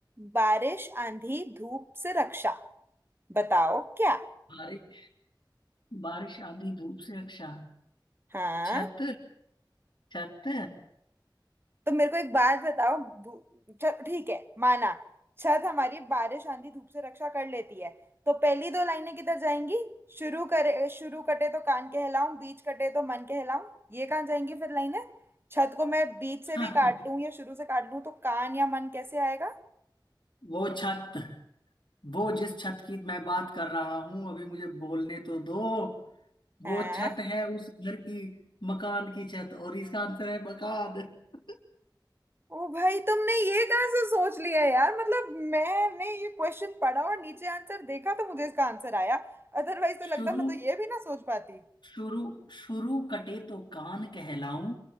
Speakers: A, on the right; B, on the left.
A: बारिश आंधी धूप से रक्षा बताओ क्या
B: बारिश बारिश आंधी धूप से रक्षा
A: हाँ
B: छत छत
A: तो मेरे को एक बात बताओ धू- चल ठीक है माना छत हमारी बारिश आंधी धूप से रक्षा कर लेती है तो पहली दो लाइनें किधर जाएंगी शुरू करे शुरू कटे तो कान कहलाऊं बीच कटे तो मन कहलाऊं ये कहाँ जाएंगी फिर लाइनें छत को मैं बीच
B: <laughs>
A: से भी काट लूं या शुरू से काट लूं तो कान या मन कैसे आएगा
B: वो छत वो जिस छत की मैं बात कर रहा हूं अभी मुझे बोलने तो दो वो
A: हैं
B: छत है उस घर की मकान की छत और इसका आंसर है मकान <laughs>
A: ओ भाई तुमने ये कहाँ से सोच लिया यार मतलब मैंने ये क्वेश्चन पढ़ा और नीचे आंसर देखा तो मुझे इसका आंसर आया अदरवाइज तो
B: शुरू
A: लगता मैं तो ये भी ना सोच पाती
B: शुरू शुरू कटे तो कान कहलाऊं